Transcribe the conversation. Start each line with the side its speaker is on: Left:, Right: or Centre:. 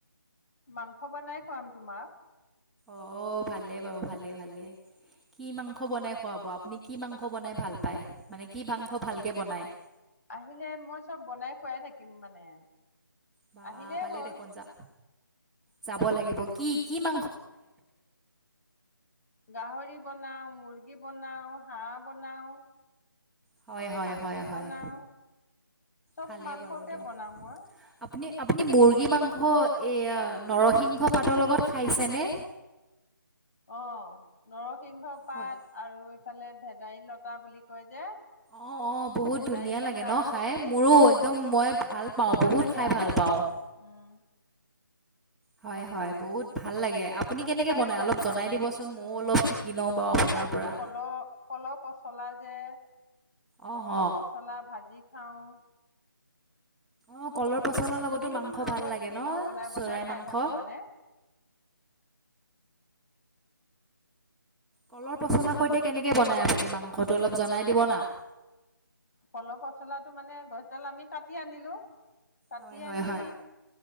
Left: মাংস বনাই খাম তোমাৰ
Centre: অ', ভালে বাৰু, ভালে ভালে, কি মাংস বনাই খুৱাব, আপুনি কি মাংস বনাই ভাল পায়, মানে কি মাংস ভালকে বনায়?
Left: আহিলে মই চব বনাই খুৱাই থাকিম মানে
Centre: বা
Left: আহিলেই
Centre: ভালে
Left: হ'ল
Centre: দেখোন যা যাব ম
Left: গাহৰি বনাও, মুৰ্গী বনাও, হাঁহ বনাও।
Centre: হয় হয়
Left: খাচী
Centre: হয় হয়
Left: বনাওঁ চব
Centre: ভালেই
Left: মাংসকে
Centre: বাৰু দিয়ক।
Left: বনাওঁ মই
Centre: আপুনি আপুনি মুৰ্গী মাংস এয়া নৰসিংহ পাতৰ লগত খাইছে নে?
Left: অ নৰ সিংহ পাত
Centre: হয়।
Left: আৰু ইফালে ভেদাইলতা বুলি কয় যে
Centre: অ', অ', বহুত
Left: ভেদাইলতা
Centre: ধুনীয়া লাগে ন' খাই, মোৰো একদম
Left: অ'
Centre: মই ভাল পাওঁ, বহুত
Left: লাগে
Centre: খাই
Left: আকৌ
Centre: ভাল পাওঁ।
Left: উম
Centre: হয়, হয়, বহুত ভাল লাগে আপুনি
Left: চব
Centre: কেনেকে
Left: খাইয়ে
Centre: বনাই
Left: ভাল
Centre: অলপ
Left: পাওঁ
Centre: জনাই
Left: মই,
Centre: দিবচোন ময়ো
Left: উম
Centre: অলপ শিকি লওঁ বাৰু আপোনাৰ
Left: আৰু
Centre: পৰা।
Left: কলৰ-কলৰ পচলা যে
Centre: অহ
Left: কলৰ
Centre: অ
Left: পচলা ভাজি অঁ
Centre: অঁ কলৰ পচলাৰ লগতো
Left: বিভিন্ন
Centre: মাংস ভাল
Left: বস্তু
Centre: লাগে ন
Left: মই বনাই-বনাই
Centre: চৰাই
Left: খাই
Centre: মাংস
Left: থাকো মানে। <inaudible>
Centre: কলৰ পচলাৰ সৈতে কেনেকে বনাই আপুনি মাংসটো অলপ জনাই দিব না।
Left: কলৰ পচলাটো মানে গছডাল আমি কাটি আনিলো কাতি
Centre: হয় হয়
Left: আনি
Centre: হয়